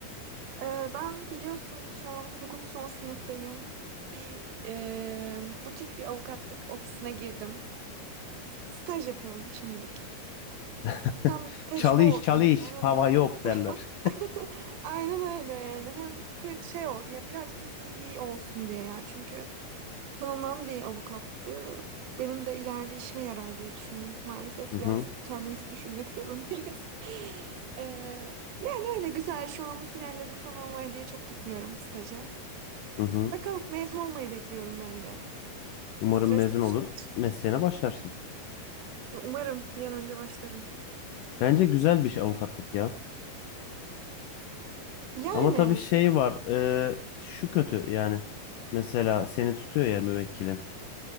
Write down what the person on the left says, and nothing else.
<laughs>
Çalış
çalış
pava yok derler.
Hı
hı,
hı hı.
Umarım
mezun
olur
mesleğine başlarsın.
Bence güzel bir şey avukatlık ya.
Ama tabii şey var e, şu kötü yani. Mesela seni tutuyor ya müvekkilin.